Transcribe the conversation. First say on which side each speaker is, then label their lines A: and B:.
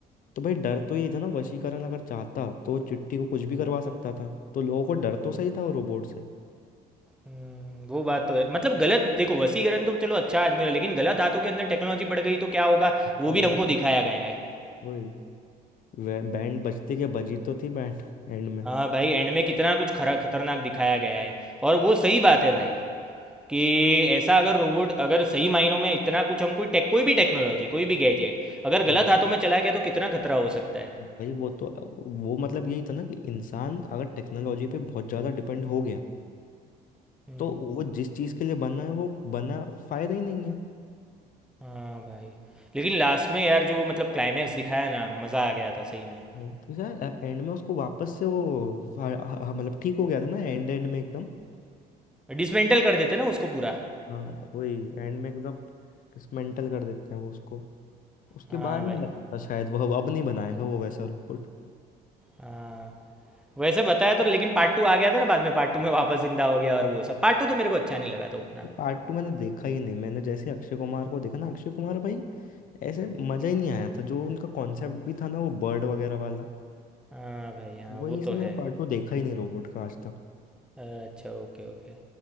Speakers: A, on the left; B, in the centre.
A: तो भाई डर तो यही था ना वशीकरण अगर चाहता तो वो चिट्ठी को कुछ भी करवा सकता था तो लोगों को डर तो सही था वो रोबोट से
B: हम्म, वो बात तो है मतलब गलत देखो वसीकरण तो चलो अच्छा आदमी है लेकिन गलत हाथों के अंदर टेक्नोलॉजी पड़ गई तो क्या होगा
A: तो
B: वो भी
A: बैंड
B: हमको दिखाया गया है
A: वही वे- बैंड बजती के बजी तो थी बैंड एंड में
B: हाँ भाई एंड में कितना कुछ खरा खतरनाक दिखाया गया है और वो सही बात है भाई कि ऐसा अगर रोबोट अगर सही मायनों में इतना कुछ हम कोई टेक कोई भी टेक्नोलॉजी कोई भी गैजेट अगर
A: वो
B: गलत हाथों में चला गया तो कितना खतरा हो सकता है
A: भाई वो तो वो मतलब यही था ना कि इंसान अगर टेक्नोलॉजी पे बहुत ज़्यादा डिपेंड हो गया
B: हम्म,
A: तो वो जिस चीज़ के लिए बना है वो बना फायदा ही नहीं है
B: हाँ भाई लेकिन लास्ट में यार जो मतलब क्लाइमैक्स दिखाया ना मज़ा आ गया था सही में
A: हम्म, तो यार एंड में उसको वापस से वो आ- आ- मतलब ठीक हो गया था ना एंड एंड में एकदम
B: डिसमेंटल कर देते ना उसको पूरा
A: हाँ वही एंड में एकदम डिसमेंटल कर देते हैं वो उसको उसके
B: हाँ
A: बाद
B: भाई
A: नहीं बनाता शायद वो अब नहीं बनाएगा वो वैसा रोबोट
B: हाँ वैसे बताया तो लेकिन पार्ट टू आ गया था ना बाद में पार्ट टू में वापस जिंदा हो गया और वो सब पार्ट टू तो मेरे को अच्छा नहीं लगा था उतना
A: पार्ट टू मैंने देखा ही नहीं मैंने जैसे अक्षय कुमार को देखा ना अक्षय कुमार भाई ऐसे मज़ा ही नहीं आया था जो उनका कॉन्सेप्ट भी था ना वो बर्ड वगैरह वाला
B: हाँ भाई हाँ
A: वही
B: वो
A: इसलिए
B: तो
A: मैंने
B: है
A: पार्ट टू देखा ही नहीं रोबोट का आज तक
B: अच्छा ओके ओके